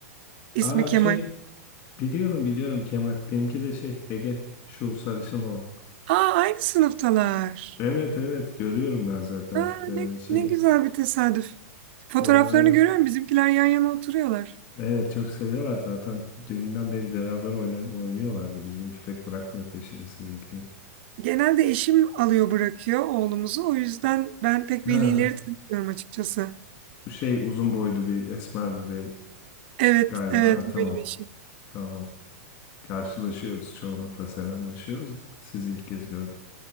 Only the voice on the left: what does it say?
Aa
şey biliyorum biliyorum Kemal. Benimki de şey Ege şu sarışın olan.
Evet evet görüyorum ben zaten
e,
şeyi.
Vallahi
evet çok seviyorlar zaten. Deminden beri beraber oyna- oynuyorlardı. Bizim köpek bırakmıyor peşini sizinkinin.
Ha
bu şey uzun boylu bir esmer bir bey
galiba.
Ha, tamam
tamam. Karşılaşıyoruz çoğunlukla selamlaşıyoruz da sizi ilk kez gördüm.